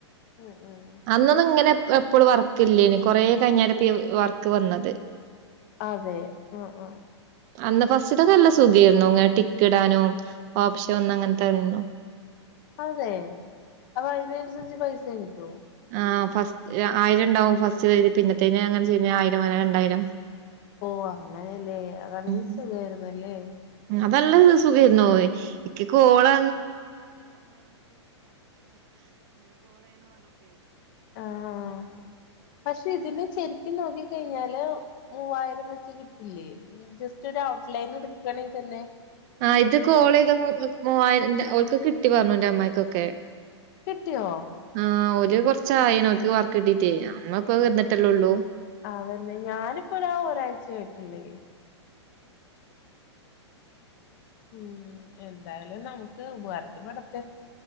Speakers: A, on the left; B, on the right.
A: ഉം ഉം
B: അന്നൊന്നും ഇങ്ങനെ എപ്പ പ്പോള് വർക്ക് ഇല്ലേന് കൊറേ കഴിഞ്ഞാരെപ്പീ വർക്ക് വന്നത്.
A: അതെ ഉം ഉം
B: അന്ന് ഫസ്റ്റ്ത് നല്ല സുഖയിരുന്നു ങ്ങനെ ടിക്ക് ഇടാനോ ഓപ്ശോ ഒന്ന ങ്ങനത്തെരുന്നു.
A: അതെ അപ്പൊ അതിനനുസരിച്ച് പൈസ കിട്ടുവോ?
B: ആ ഫസ്റ്റ് ആയിരണ്ടാവും ഫസ്റ്റ് പിന്നെത്തേ അങ്ങനെ ചെയ്യണിന് ആയിരം അങ്ങനെ രണ്ടായിരം.
A: ഓ അങ്ങനല്ലേ അതണങ്കി
B: ഉം
A: സുഖയിരുന്നല്ലേ.
B: അതല്ല സുഖേര്ന്നോയ് !!!!!!!!!!
A: ആഹ്‌ പക്ഷെ ഇതിന് ശരിക്ക്നോക്കി കഴിഞ്ഞാല് മൂവായിരം വെച്ച് കിട്ടില്ലേ. ജസ്റ്റ് ഒരു ഔട്ട് ലൈൻ എടുക്കണെങ്കിൽ തന്നെ
B: ആ ഇത് കോൾ ചെയ്ത മുവായിരം ഓൽക്ക് കിട്ടി പറഞ്ഞു എന്റെ അമ്മയ്ക്കൊക്കെ
A: കിട്ടിയോ
B: ആഹ ഓല്കുറച്ചായി നോക്ക് വർക്ക് കിട്ടീട്ടേ നമ്മ ഇപ്പ വന്നിട്ടല്ലേള്ളൂ.
A: അവന്നെ ഞാനിപ്പതാ ഒരാഴ്ച ആയിട്ടുള്ളേേ ഉം എന്തായാലും നമുക്ക് ഉപകാരത്തിൽ പെടെട്ടെ